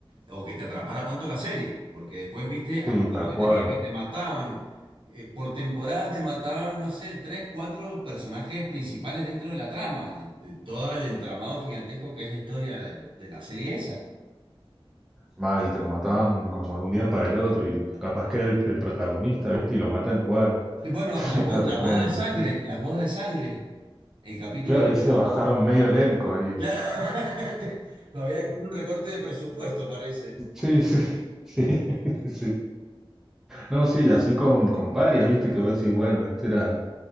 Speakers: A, on the right; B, in the centre.
A: o que te atrapara tanto la serie, porque después viste, aparte
B: sí, tal
A: de lo que
B: cual.
A: tenía, que te mataban, eh, por temporada te mataban, no sé, tres, cuatro personajes principales dentro de la trama, de, de todo el entramado gigantesco que es la historia del- de, la serie esa.
B: Más, y te lo mataban como de un día para el otro y capaz que era el, el protagonista, ¿viste? Y lo matan igual.
A: Y bueno,
B: <laughs>
A: las
B: Era
A: bo- la
B: tremendo.
A: boda de sangre,
B: sí.
A: las bodas de sangre, el capítulo
B: Claro,
A: ese.
B: ahí se bajaron medio elenco ahí.
A: Claro. <laughs> Había que hacer un recorte de presupuesto, parece.
B: Sí, sí, sí, <laughs> sí. No, sí, así con, con varias, ¿viste? Que vos decís, bueno, este era